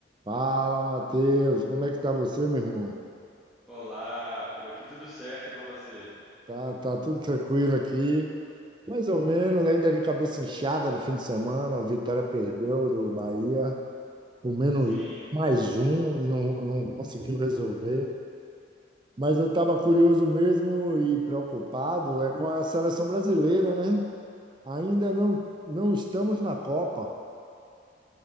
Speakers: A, on the right; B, in the centre.
A: Fala, Matheus, como é que tá você, meu irmão?
B: Olá, por aqui tudo certo e com você?
A: Tá, tá tudo tranquilo aqui, mais ou menos, ainda de cabeça inchada no fim de semana, o Vitória perdeu do Bahia, com menos
B: Sim,
A: mais um, não, não conseguiu resolver. Mas eu estava curioso mesmo e preocupado é com a seleção brasileira, né? Ainda não, não estamos na Copa.